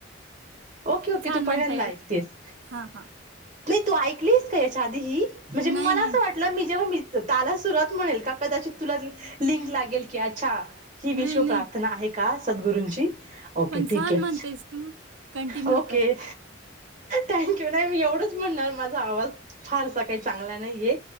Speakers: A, on the right; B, on the right.
A: ओके ओके
B: छान
A: तू
B: म्हणताय.
A: पहिल्यांदा
B: ओके.
A: ऐकतेस.
B: हां, हां.
A: नाही तू ऐकलीस का याच्या आधी ही म्हणजे मला
B: नाही, नाही.
A: असं वाटलं मी जेव्हा ताला सुरुवात म्हणेल का कदाचित तुला लिंक लागेल की अच्छा. ही विश्व
B: नाही, नाही.
A: प्रार्थना आहे का सद्गुरूंची ओके
B: पण
A: ठीक
B: छान
A: आहे.
B: म्हणतेस तू. कंटिन्यू
A: ओके.
B: कर.
A: थैकू नाही मी एवढच म्हणणार माझा आवाज फारसा काही चांगला नाहीये